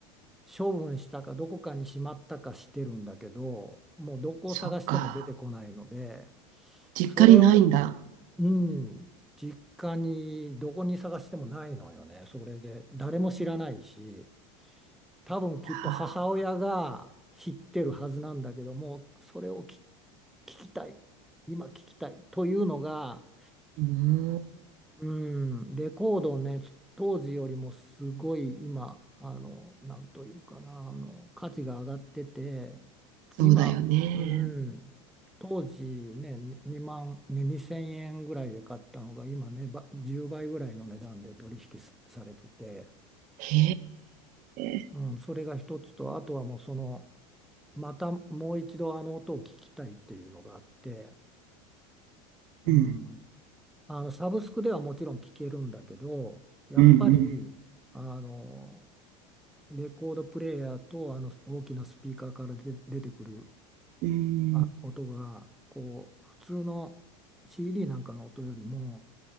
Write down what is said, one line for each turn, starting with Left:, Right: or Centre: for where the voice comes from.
Centre: <laughs> 処分したかどこかにしまったかしてるんだけど、もうどこを探しても出てこないので、
Right: そっか。実家にないんだ。
Centre: それを、うん、実家にどこに探してもないのよね。それで誰も知らないし。多分きっと母親が知ってるはずなんだけども、
Right: いや
Centre: それをき聞きたい、今聞きたいというのが、
Right: ーうーん
Centre: うん、レコードをね、つ当時よりもすごい今、あの、なんというかな、あの、価値が上がってて、
Right: そうだよね。
Centre: 今、うん、当時ね、に2万、ね、2000円ぐらいで買ったのが、今ね、ば10倍ぐらいの値段で取引さされてて、
Right: へえ。
Centre: うん、それが一つと、あとはもうその、またもう一度あの音を聞きたいっていうのがあって、うん、
Right: うん。
Centre: あのサブスクではもちろん聞けるんだけど、やっぱりあの
Right: うん
Centre: レコードプレーヤーとあの大きなスピーカーからで出てくる
Right: うん。う
Centre: あ音がこう普通の
Right: ん。
Centre: CD なんかの音よりも